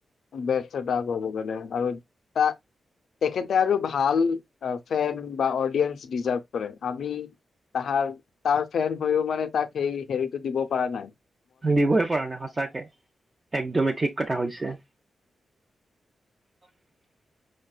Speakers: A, on the left; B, on the right.
A: বেটছ এটা কব গলে আৰু তা তেখেতে আৰু ভাল ফেন বা অডিয়েনচ দিজাৰফ কৰে আমি তাহাৰ তাৰ ফেন হৈও মানে তাক সেই হেৰিটো দিব পৰা নাই
B: দিবই পৰা নাই সঁচাকে একদমেই ঠিক কথা কৈছে। <unintelligible>